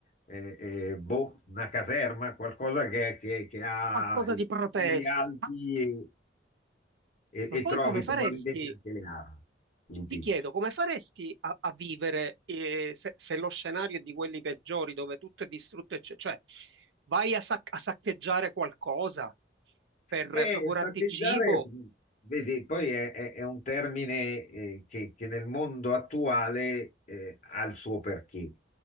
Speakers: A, on the left; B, on the right.
A: eh, eh, boh, una caserma, qualcosa che, che- che ha
B: qualcosa
A: i
B: di protetto.
A: muri alti
B: Ma,
A: e, e-
B: ma
A: e
B: poi
A: trovi
B: come faresti?
A: probabilmente anche le armi lì
B: Ti
A: dentro.
B: chiedo, come faresti a, a vivere eh, se, se lo scenario è di quelli peggiori, dove tutto è distrutto, ecc- cioè cioè, vai a, sac- a saccheggiare qualcosa per
A: E
B: procurarti
A: saccheggiare,
B: il cibo?
A: vedi, poi è, è- è un termine eh, che, che nel mondo attuale eh, ha il suo perché.